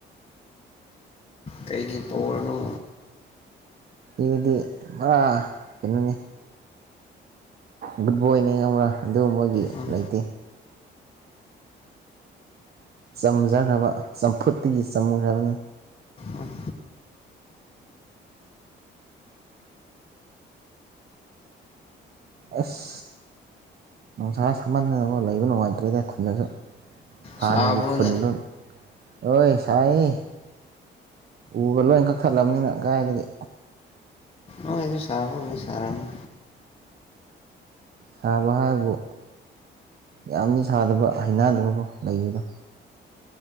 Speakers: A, on the left; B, on the right.
A: ꯀꯩꯒꯤ ꯄꯧꯔꯅꯨ
B: ꯑꯗꯨꯗꯤ ꯔꯥ ꯀꯩꯅꯣꯅꯤ ꯒꯨꯠꯕꯣꯏꯅꯦ ꯈꯪꯕ꯭ꯔꯥ ꯑꯗꯨꯒꯨꯝꯕꯒꯤ
A: ꯎꯝ
B: ꯂꯩꯇꯦ ꯆꯝꯖꯈ꯭ꯔꯕ ꯆꯝꯐꯨꯠꯇꯒꯤ ꯆꯝꯈ꯭ꯔꯕꯅꯤ
A: ꯎꯝ
B: ꯑꯁ ꯅꯨꯡꯁꯥ ꯁꯃꯟꯗꯅ ꯂꯩꯕ ꯅꯨꯡꯉꯥꯏꯇ꯭ꯔꯦꯗ ꯈꯨꯟꯗꯁꯨ ꯍꯥꯟꯅꯒꯤ
A: ꯁꯥꯕ꯭ꯔꯣꯅꯦ
B: ꯈꯨꯨꯟꯅꯟ ꯍꯣꯏ ꯁꯥꯏ ꯎꯕ ꯂꯣꯏ ꯀꯛꯊꯠꯂꯕꯅꯤꯅ ꯀꯥꯏꯗꯒꯤ
A: ꯑꯣꯁꯨ ꯁꯥꯕ ꯁꯔꯥꯅꯤ
B: ꯁꯥꯕ ꯍꯥꯏꯕꯕꯨ ꯌꯥꯝꯗꯤ ꯁꯥꯗꯕ ꯍꯩꯅꯗꯕꯀꯣ ꯂꯩꯕꯗꯣ